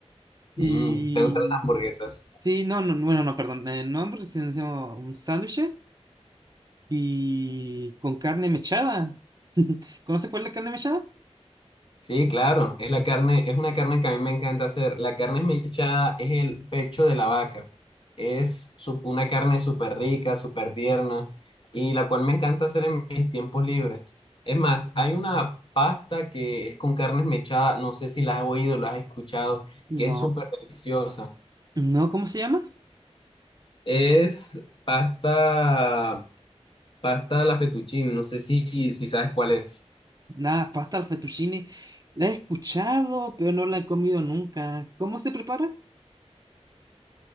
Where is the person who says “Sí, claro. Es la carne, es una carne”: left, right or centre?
Left